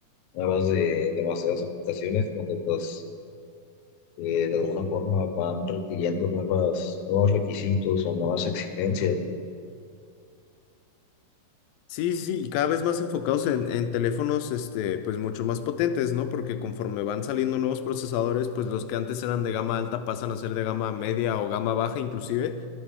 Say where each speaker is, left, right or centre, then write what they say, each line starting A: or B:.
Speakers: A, on the left (about 70°); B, on the left (about 85°).
A: nuevas de demasiadas aplicaciones donde pues eh, de alguna forma van requiriendo nuevas, nuevos requisitos o nuevas exigencias.
B: Sí, sí, sí, y cada vez más enfocados en, en teléfonos, este, pues mucho más potentes, ¿no? Porque conforme van saliendo nuevos procesadores, pues los que antes eran de gama alta pasan a ser de gama media o gama baja inclusive,